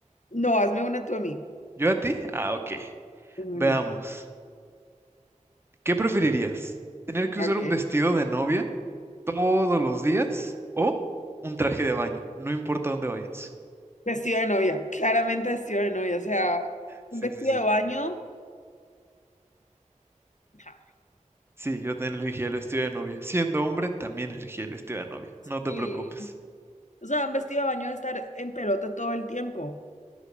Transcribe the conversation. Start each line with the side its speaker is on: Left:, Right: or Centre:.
Left: No, hazme una tú a mí,
Right: ¿Yo a ti? Ah, ok.
Left: hermanita.
Right: Veamos. ¿Qué preferirías? ¿Tener que
Left: Ok.
Right: usar un vestido de novia todos los días o un traje de baño? No importa dónde vayas.
Left: Vestido de novia, claramente vestido de novia, o sea,
Right: Sí,
Left: un vestido
Right: sí, sí.
Left: de baño. ja,
Right: Sí, yo también elegí el vestido de novia. Siendo hombre, también elegí el vestido de novia. No te
Left: Sí.
Right: preocupes.
Left: O sea, un vestido de baño de estar en pelota todo el tiempo.